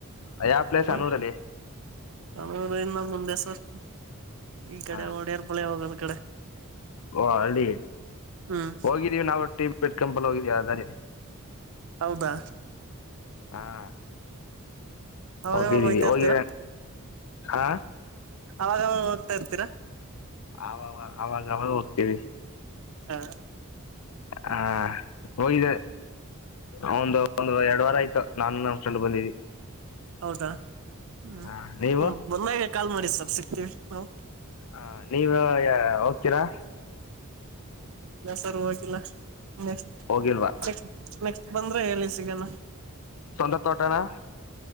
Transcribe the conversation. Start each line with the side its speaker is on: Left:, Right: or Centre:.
Left: ಆ ಯಾವ ಪ್ಲೇಸ್
Right: ಹ್ಮ್
Left: ಆನೂರಲ್ಲಿ.
Right: ನಮ್ಮೂರಿಂದ ಮುಂದೆ ಸರ್ ಈ ಕಡೆ
Left: ಹಾಂ
Right: ಒಡೆರ್ ಬುಲೆವರ್. ತಡೆ.
Left: ಓ ಅಲ್ಲಿ
Right: ಹ್ಮ್
Left: ಹೋಗಿದ್ದೀವಿ ನಾವ್ ಟಿ ಬೇಡ್ಕಮ್ ಬರೋಕ್ಕೆ ಇದ್ ವಡಲೇ.
Right: ಹೌದಾ
Left: ಹಾಂ
Right: ಅವಾಗವಾಗಾ
Left: ಹೋಗಿದೀವಿ
Right: ಹೋಗ್ತಾ ಇರ್ತೀರಾ.
Left: ಹೋಗಿ ಹಾಂ
Right: ಅವಾಗವಾಗ ಹೋಗ್ತಾ ಇರ್ತೀರಾ.
Left: ಅವಾ ಅವಾಗವಾಗ ಹೋಗ್ತಿವಿ
Right: ಹಾ
Left: ಹಾ ಹೋಗಿದೆ ಅವಂದು. ಒಂದ್ ಎರಡು ವಾರ ಆಯ್ತು ನಾನು ನನ್ ಫ್ರೆಂಡ್ ಬಂದಿದದಿವಿ.
Right: ಹೌದಾ ಹಾ
Left: ಹಾಂ ನೀವು
Right: ಹ್ಮ್ಮ್ ಬಂದಾಗೇ ಕಾಲ್ ಮಾಡಿ ಸಾರ್. ಸಿಕ್ತೀವಿ ನಾವು.
Left: ಹಾ ನೀವು ಯ ಔ. ತೀರಾ.
Right: ಇಲ್ಲ ಸರ್ ಹೋಗಿಲ್ಲ. ನೆಕ್ಸ್ಟ್
Left: ಹೋಗಿಲ್ವಾ
Right: ನೆಕ್ಸ್ಟ್ ನೆಕ್ಸ್ಟ್ ಬಂದ್ರೆ ಹೇಳಿ ಸಿಗಣ.
Left: ಸ್ವಂತ ತೋಟನಾ